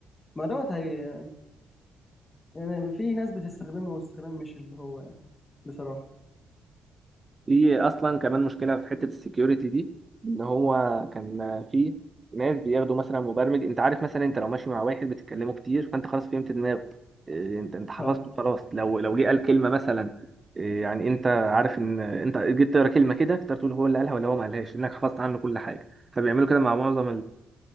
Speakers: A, on the left; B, on the right.
A: ما دوت هي يعني في ناس بتستخدمه استخدام مش اللي هو يعني بصراحه
B: في اصلا كمان مشكله في حته السكيورتي دي ان هو كان في ناس بياخدوا مثلا مبرمج انت عارف مثلا انت لو ماشي مع واحد بتتكلموا كتير فانت خلاص فهمت دماغه إيه، انت انت حفظته
A: اه
B: خلاص لو لو جه قال كلمه مثلا إيه، يعني انت عارف ان انت جيت تقرا كلمه كده تقدر تقول هو اللي قالها ولا هو ما قالهاش انك حفظت عنه كل حاجه فبيعملوا كده مع معظم